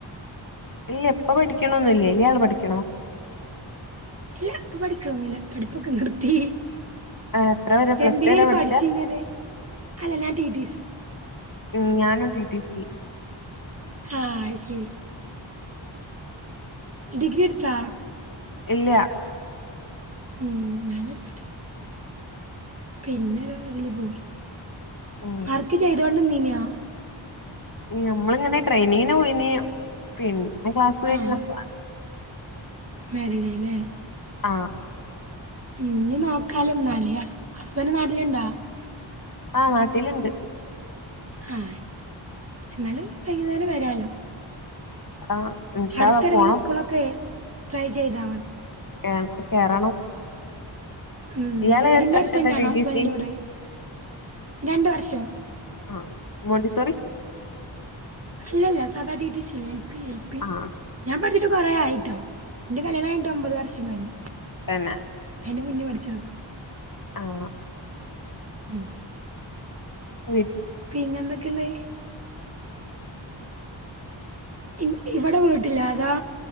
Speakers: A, on the left; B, on the right.
A: ഇല്ല ഇപ്പ പഠിക്കണൊന്നില്ല ഇയാൾ പഠിക്ക്ണോ
B: ഇല്ല ഇപ്പൊ പഠിക്കണൊന്നൂല്ല പഠിപ്പൊക്കെ നിർത്തി
A: ആ എത്ര വരെ പ്ലസ്
B: എന്തിനാണ്
A: ടു വരെ പഠിച്ചേ
B: പഠിച്ചിന്നത് അല്ല ഞാൻ ടി ടി സി
A: ഉം ഞാനും ടി ടി സി
B: ഹാ അയ്ശരി ഡിഗ്രി എട്ത്താ
A: ഇല്ലാ
B: ഉം ഞാനെട്ത്തിട്ട് പിന്നൊരോ ഇതില് പോയി
A: ഉം
B: വർക്ക് ചെയ്ത് കൊണ്ട്ന്നീനാ
A: ഈ ഞമ്മളിങ്ങനെ ട്രെയിനിങ്ങിന് പോയീനീ പിന്നെ ക്ലാസ്സ് കഴിഞ്ഞപ്പൊ
B: ആഹ്
A: ആ
B: മാരീഡായില്ലേ
A: ആഹ്
B: ഇന്നി നോക്കാലെന്നാല് ഹസ് ഹസ്ബന്റ് നാട്ടിലിണ്ടാ
A: ആഹ് നാട്ടിലിണ്ട്
B: ആയ് എന്നാലും വൈകുന്നേരം വരാലൊ
A: ആഹ് ഇൻഷാ
B: അടുത്തേടെങ്കിലും
A: അള്ളാ പോണം
B: സ്കൂളൊക്കെ ട്രൈ ചെയ്താ മതി
A: കേൻ ക്കിവിട കേറണം
B: ഉം
A: ഇയാള്
B: വീടിന്റടുത്തന്നെയാണോ
A: എത്ര വർഷത്തെ ടി
B: ഹസ്
A: ടി
B: ബന്റി
A: സി
B: ന്റെവീട് രണ്ട് വർഷോ
A: ആഹ് മോണ്ടിസോറി
B: അല്ലല്ല സാധാ ടി ടി സി ഇല്ലേ എൽ പി എൽ പി
A: ആഹ്
B: ഞാൻ പഠിച്ചിട്ട് കൊറേ ആയിട്ടോ എന്റെ കല്യാണം കഴിഞ്ഞിട്ട് ഒമ്പത് വർഷം കഴിഞ്ഞു
A: തന്നെ
B: അയിന്റെ മുന്നേ പഠിച്ചതാ
A: ആഹ്
B: ഉം
A: വിട്ട്
B: പിന്നെന്തൊക്കിണ്ടായി ഇൻ ഇവടെ വീട്ടില്ലാതോ